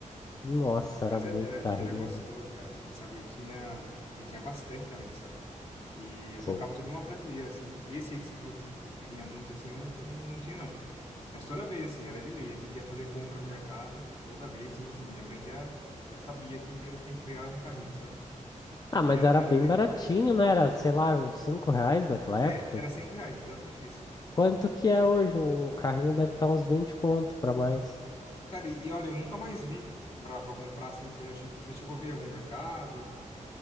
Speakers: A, on the left; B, on the left.
A: Nossa,
B: Mas
A: era muito
B: é- era,
A: carrinho,
B: era gostoso,
A: velho.
B: cara, assim, sabe? Eu tinha, eu tinha bastante também, sabe? E eu
A: Sim.
B: colocava tudo numa prateleira, assim. Esse aí que você falou de, que vinha muito, assim, eu, não- eu não tinha, não. Mas toda vez, assim, era de lei. A gente ia fazer compra no mercado, toda vez, tipo assim, minha mãe já, já sabia que eu tinha que pegar um carrinho, sabe?
A: Ah,
B: E
A: mas
B: é-
A: era
B: era
A: bem
B: legal.
A: baratinho, né? Era, sei lá, uns 5 reais naquela
B: É,
A: época.
B: era cinco reais, exatamente isso.
A: Quanto que é hoje? Um carrinho deve estar uns 20 conto para mais.
B: Cara, e, e olha, eu nunca mais vi pra, pra comprar, assim. Você já chegou, você chegou a ver em algum mercado?